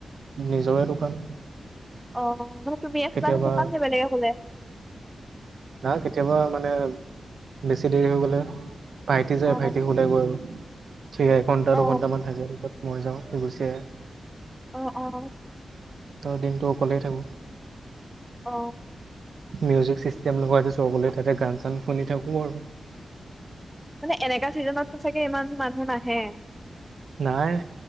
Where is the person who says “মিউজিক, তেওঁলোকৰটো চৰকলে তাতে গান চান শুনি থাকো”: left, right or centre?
Right